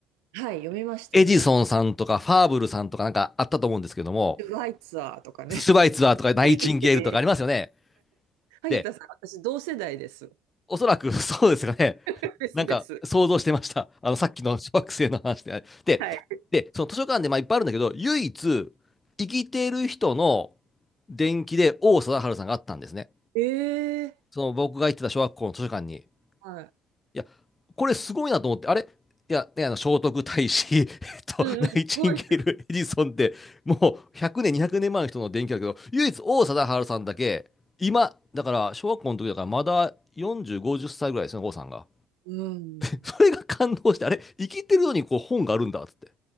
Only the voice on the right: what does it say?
はい、読みましたね。
トゥワイツアーとかね。
<laughs>
フリーいいで萩田さん、
私同世代です。
<laughs>
ですです。
はい。
ええ
はい。
うんうん、
すごい。
うん。